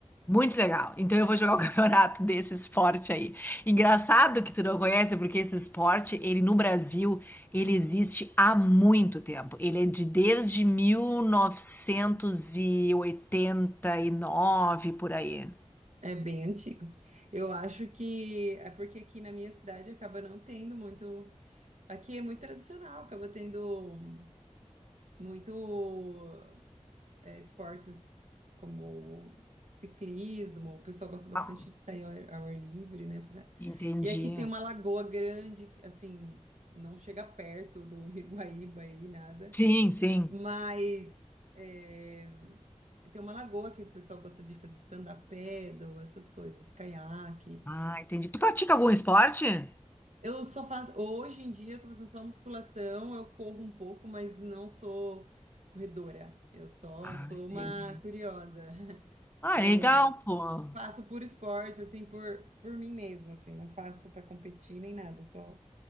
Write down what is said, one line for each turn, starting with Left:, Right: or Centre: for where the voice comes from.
Left: Muito legal. Então eu vou jogar o <laughs> campeonato desse esporte aí. Engraçado que tu não conhece, porque esse esporte, ele no Brasil, ele existe há muito tempo. Ele é de desde mil novecentos e e oitenta e nove por aí.
Right: É bem antigo. Eu acho que é porque aqui na minha cidade acaba não tendo muito. Aqui é muito tradicional, acaba tendo muito é, esportes como ciclismo. O pessoal gosta bastante
Left: Ah,
Right: de sair ao ar, ao ar livre, né? pra-
Left: Entendi.
Right: E aqui tem uma lagoa grande, que, assim, não chega perto do <laughs> Rio Iguaíba e nada,
Left: Sim, sim.
Right: mas é, tem uma lagoa que o pessoal gosta de fazer stand-up paddle, essas coisas, caiaque.
Left: Ah, entendi. Tu pratica algum esporte?
Right: Eu só faço. Hoje em dia eu tô fazendo só musculação, eu corro um pouco, mas não sou corredora. Eu só
Left: Ah,
Right: sou uma
Left: entendi.
Right: curiosa. <laughs>
Left: Ah,
Right: Eu
Left: legal, pô.
Right: faço por esporte, assim, por, por mim mesma, assim, não faço para competir nem nada, só,